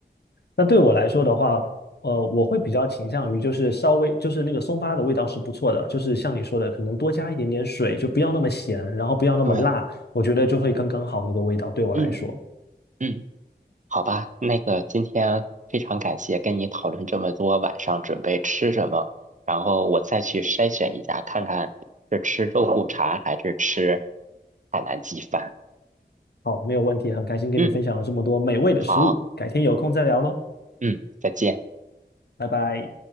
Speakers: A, on the left (about 70°); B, on the right (about 45°).
A: 那对我来说的话，呃，我会比较倾向于就是稍微就是那个松发的味道是不错的，就是像你说的，可能多加一点点水，就不要那么咸，然后不要那么辣，
B: 对，
A: 我觉得就会刚刚好那个味道对我来说。
B: 嗯嗯。好吧，那个今天非常感谢跟你讨论这么多，晚上准备吃什么，然后我再去筛选一下，看看是吃肉骨茶还是吃海南鸡饭。
A: 好，没有问题，很开心跟你分享了这么多美味的食物，
B: 嗯，好，
A: 改天有空再聊喽，
B: 嗯，再见。
A: 拜拜。